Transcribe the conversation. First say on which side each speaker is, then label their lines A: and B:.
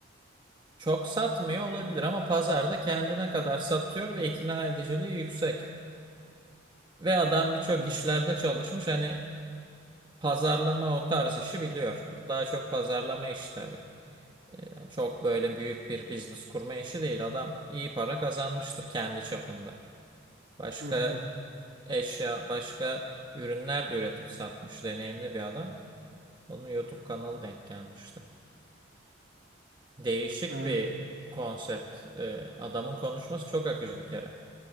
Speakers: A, on the right; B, on the right.
A: çok satmıyor olabilir ama pazarda kendine kadar satıyor ve ikna ediciliği yüksek. Ve adam birçok
B: Hmm.
A: işlerde çalışmış. Hani pazarlama o tarz işi biliyor. Daha çok pazarlama işi tabii. Ee, Çok böyle büyük bir business kurma işi değil. Adam iyi para kazanmıştır kendi çapında. Başka
B: Hı hı.
A: eşya, başka ürünler de üretip satmış deneyimli bir adam. Onun YouTube kanalı denk gelmişti. Değişik
B: Evet.
A: bir konsept. Ee, adamın konuşması çok akıcı bir kere.